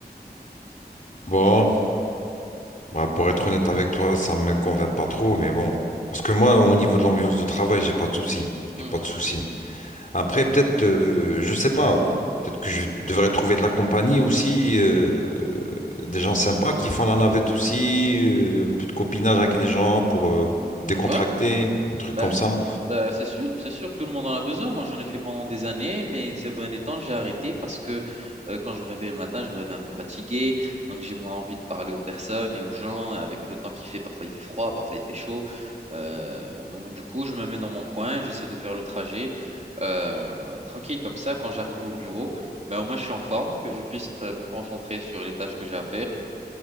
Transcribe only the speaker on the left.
Bon. Bah, pour être honnête avec toi, ça me convainc pas trop, mais bon. Parce que moi, au niveau de l'ambiance de travail, j'ai pas de souci. J'ai
pas de souci. Après, peut-être, euh, je sais pas, euh, peut-être que je devrais trouver de la compagnie aussi, euh, des gens sympas qui font la navette aussi, euh, un peu de copinage avec les gens pour euh, décontracter,
un truc
comme ça.